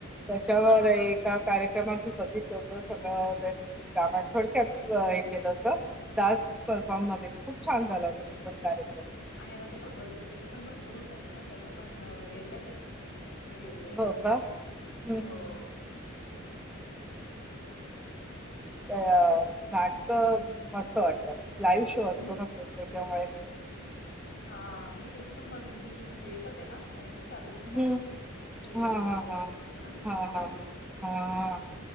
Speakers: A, in the centre; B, on the left (about 50°).
A: त्याच्यावर
B: हा हा
A: एका
B: हा
A: कार्यक्रमा बघितलं होत सगळं त्यांनी रामाथोडक्यात हे केलं होत डान्स परफॉर्म मध्ये खूप छान झाला तो पण कार्यक्रम.
B: आणि आता ते भगवद्गीतेचे पण भरपूर होतात ते ना? पण येतात ते विडिओज वगैरे
A: हो का? हं, हं,
B: हो
A: अ नाटक मस्त वाटतात. लाईव्ह शो असतो
B: हं.
A: ना तो त्याच्यामुळे
B: हा गीतेचे पण पणस म्हणजे येतात ते ना टाला दिसतात
A: हम्म
B: व्हिडिओज
A: हा
B: वगैरे
A: हा हा
B: त्यांच्या ना
A: हा हा
B: लाईव्ह.
A: हा हा